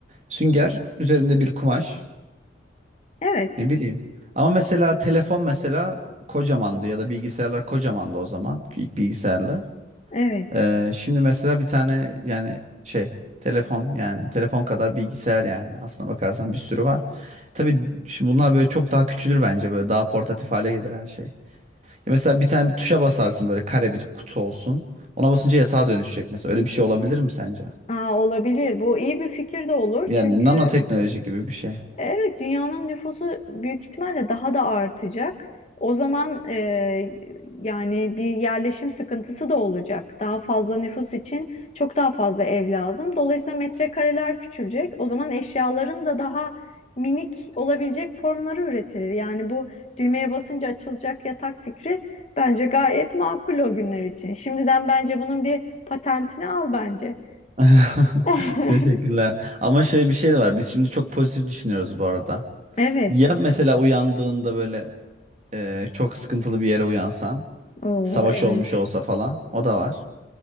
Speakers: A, on the right (about 35°); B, on the left (about 35°).
A: Sünger üzerinde bir kumaş.
B: Evet,
A: Ne bileyim. Ama mesela telefon mesela kocamandı ya da bilgisayarlar kocamandı o zaman. İlk bilgisayarlar.
B: evet.
A: Ee, şimdi mesela bir tane yani şey telefon yani telefon kadar bilgisayar yani aslına bakarsan bir sürü var. Tabii şimdi bunlar böyle çok daha küçülür bence böyle daha portatif hale gelir her şey. Ya mesela bir tane bir tuşa basarsın böyle kare bir kutu olsun. Ona basınca yatağa dönüşecek mesela. Öyle bir şey olabilir mi sence?
B: Aa, olabilir. Bu iyi bir fikir de olur.
A: Yani
B: Çünkü
A: nanoteknoloji gibi bir şey.
B: Evet, dünyanın nüfusu büyük ihtimalle daha da artacak. O zaman e, yani bir yerleşim sıkıntısı da olacak. Daha fazla nüfus için çok daha fazla ev lazım. Dolayısıyla metrekareler küçülecek. O zaman eşyaların da daha minik olabilecek formları üretilir. Yani bu düğmeye basınca açılacak yatak fikri bence gayet makul o günler için. Şimdiden bence bunun bir patentini al bence.
A: <laughs>
B: <laughs>
A: Teşekkürler. Ama şöyle bir şey de var. Biz şimdi çok pozitif düşünüyoruz bu arada.
B: Evet.
A: Ya mesela uyandığında böyle e, çok sıkıntılı bir yere uyansan,
B: Oo,
A: savaş
B: evet.
A: olmuş olsa falan, o da var.